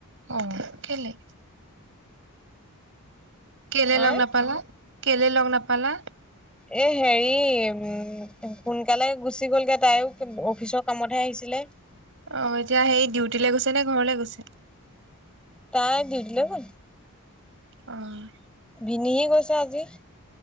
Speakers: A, on the right (about 60°); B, in the centre.
A: অ, ' কেলে? কেলে
B: আহ
A: লং নাপালালা কেলে লং নাপালা?
B: এ হেৰি উম, সোনকালে গুচি গলগে তাইও অফিচৰ কামতহে আহিছে। চছিলিলে <unintelligible>
A: অ 'এতিয়া সেই ডিউটৈ গৈছে নে ঘৰলে গৈছে?
B: তাই দিউতিলে গ'ল
A: অ, '
B: ভিনিহি গৈছে আজি।